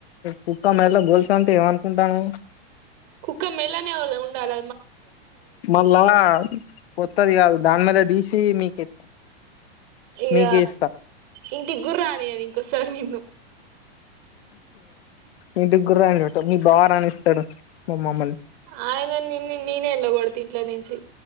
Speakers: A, on the left; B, on the right.
A: కుక్కా మెళ్ళో గోల్సు అంటే ఏమనుకుంటానావు
B: కుక్క మెళ్ళోనే ఉండాల
A: మళ్ళా కొత్తది కాదు దాని మీద తీసి <unintelligible>
B: ఇగ
A: మీకే ఇస్తా
B: ఇంటికి <unintelligible> రానియను ఇంకోసారి నిన్ను
A: మీ ఇంటిగూడ రాణిదంట మీ బావ రానిస్తాడు మా మమ్మల్ని
B: ఆయన నిని నేనే వెళ్ళగొడత ఇంట్లో నుంచి